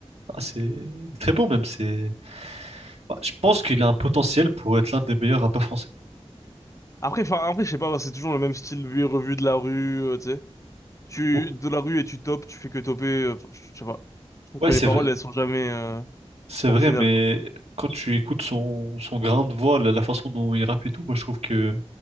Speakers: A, on the right (about 65°); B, on the left (about 30°).
A: Ah, c'est très bon, même. C'est... Ouais, je pense qu'il a un potentiel pour être l'un des meilleurs rappeurs français.
B: Après, enfin, après, je sais pas, c'est toujours le même style vu et revu de la rue, euh, tu sais. Tu,
A: Ou-
B: de la rue et tu topes, tu fais que toper, euh, enfin, je sais pas. Je trouve
A: Ouais,
B: que
A: c'est
B: les paroles,
A: vrai.
B: elles sont jamais, euh,
A: C'est
B: originales,
A: vrai, mais
B: quoi.
A: quand tu écoutes son, son grain de voix, la, la façon dont il rappe et tout, moi, je trouve que